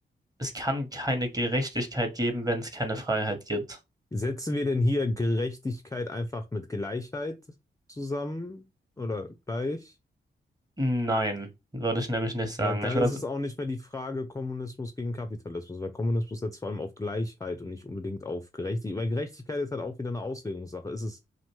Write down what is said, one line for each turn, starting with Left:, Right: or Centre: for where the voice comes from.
Right: es kann keine Gerechtigkeit geben, wenn es keine Freiheit gibt.
Left: Setzen wir denn hier Gerechtigkeit einfach mit Gleichheit zusammen oder gleich?
Right: Nein, würde ich nämlich nicht sagen.
Left: Weil dann
Right: Ich würde,
Left: ist es auch nicht mehr die Frage Kommunismus gegen Kapitalismus, weil Kommunismus setzt vor allem auf Gleichheit und nicht unbedingt auf Gerechtigkeit. Weil Gerechtigkeit ist halt auch wieder eine Auslegungssache. Ist es